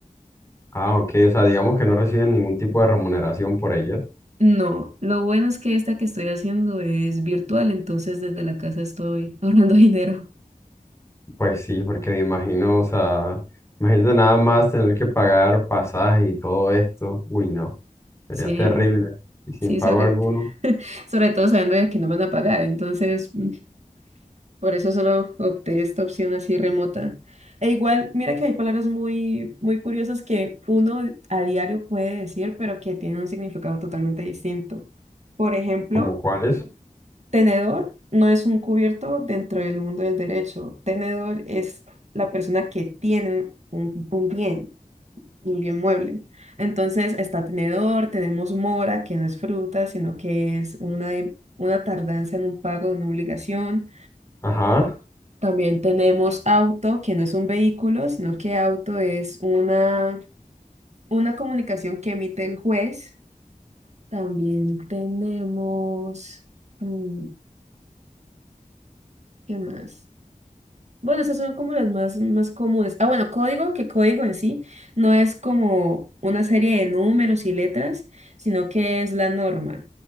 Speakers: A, on the left; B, on the right.
A: Ah, ok, o sea, digamos que no reciben ningún tipo de remuneración por ellas.
B: No, lo bueno es que esta que estoy haciendo es virtual, entonces desde la casa estoy ahorrando <laughs> dinero.
A: Pues sí, porque me imagino, o sea, imagínate nada más tener que pagar pasaje y todo esto. Uy, no. Sería
B: Sí.
A: terrible. Y sin
B: Sí,
A: pago
B: sobre,
A: alguno.
B: sobre todo sabiendo de que no me van a pagar. Entonces, mm, por eso solo opté esta opción así remota. E igual, mira que hay palabras muy, muy curiosas que uno a diario puede decir, pero que tienen un significado totalmente distinto. Por ejemplo,
A: ¿Como cuáles?
B: tenedor no es un cubierto dentro del mundo del derecho. Tenedor es la persona que tiene un, un bien un bien mueble. Entonces está tenedor, tenemos mora, que no es fruta, sino que es una, em- una tardanza en un pago en una obligación.
A: Ajá.
B: También tenemos auto, que no es un vehículo, sino que auto es una, una comunicación que emite el juez. También tenemos, mm, ¿qué más? Bueno, esas son como las más, más comunes. Ah, bueno, código, que código en sí no es como una serie de números y letras, sino que es la norma